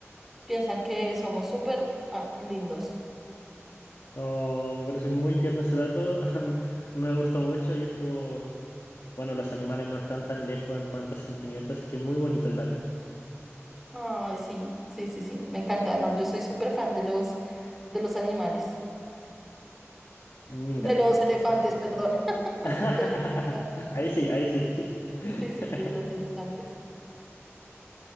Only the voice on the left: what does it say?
Oh, me parece muy tierno ese dato. <laughs> Me gustó mucho y es como... Bueno, los animales no están tan lejos en cuanto a sentimientos, así que muy bonito el dato.
Mira,
<laughs>
Ahí sí, ahí sí. <laughs>